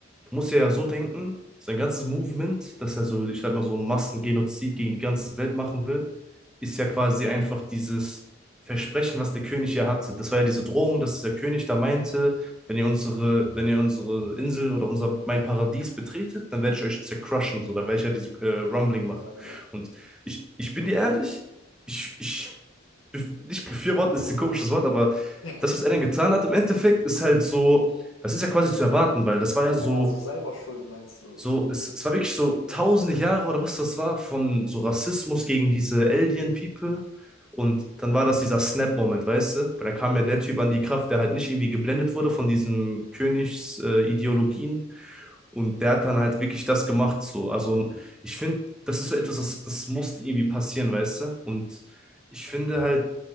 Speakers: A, in the centre; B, on the left (about 85°).
A: muss ja so denken, sein ganzes Movement, dass er so, ich sag mal, so einen Massengenozid gegen die ganze Welt machen will, ist ja quasi einfach dieses Versprechen, was der König ja hatte. Das war ja diese Drohung, dass dieser König da meinte, wenn ihr unsere, wenn ihr unsere Insel oder unser, mein Paradies betretet, dann werde ich euch zercrushen, so, dann werde ich ja diese äh, Rumbling
B: Ja,
A: machen.
B: ja, genau.
A: Und ich, ich bin dir ehrlich, ich, ich, nicht befürworten ist ein komisches Wort, aber
B: <laughs>
A: das, was er dann getan hat, im Endeffekt ist halt so, das ist ja quasi zu erwarten, weil das war ja
B: Ja,
A: so
B: ja, so selber schuld meinst du,
A: so,
B: so in
A: es,
B: dem
A: es
B: Sinne.
A: war wirklich so tausende Jahre oder was das war von so Rassismus gegen diese Alien People. Und dann war das dieser Snap-Moment, weißt du? Weil dann kam ja der Typ an die Kraft, der halt nicht irgendwie geblendet wurde von diesen Königsideologien. Äh, Ideologien. und der hat dann halt wirklich das gemacht, so. Also, ich finde, das ist so etwas, das, das musste irgendwie passieren, weißt du? Und ich finde halt,